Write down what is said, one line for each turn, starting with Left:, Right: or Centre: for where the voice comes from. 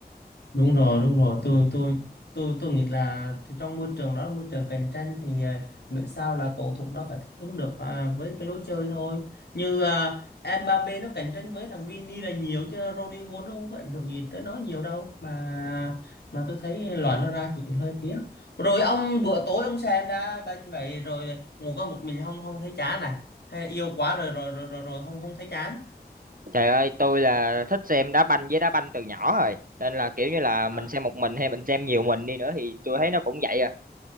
Left: đúng rồi đúng rồi tôi tôi tôi tôi nghĩ là thì trong môi trường đó là môi trường cạnh tranh thì à, miễn sao là cầu thủ nó phải thích ứng được à, với cái lối chơi thôi như à, Mbappé nó cạnh tranh với thằng Vini là nhiều chứ Rodrigo nó không có ảnh hưởng gì tới nó nhiều đâu mà mà tôi thấy loại nó ra thì cũng hơi tiếc rồi ông bữa tối ông xem ra bên vậy rồi ngồi có một mình không không thấy chán à hay yêu quá rồi rồi rồi rồi, rồi không không thấy chán
Right: Trời ơi, tôi là thích xem đá banh với đá banh từ nhỏ rồi. Nên là kiểu như là mình
Left: à,
Right: xem một mình hay mình xem nhiều mình đi nữa thì tôi thấy nó cũng vậy à.